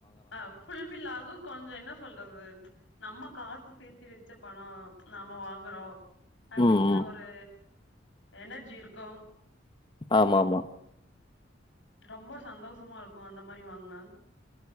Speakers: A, on the left; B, on the left.
A: அ ஃபுல்ஃபில் ஆகு கொஞ்சோ என்ன சொல்றது நம்ம காசு சேத்தி வெச்ச பணோ நம்ம வாங்குறோ அப்டிங்கிற
B: ம் ம்
A: ஒரு எனர்ஜி இருக்கு
B: ஆமா ஆமா
A: ரொம்ப சந்தோஷமா இருக்கு அந்த மாரி வாங்னா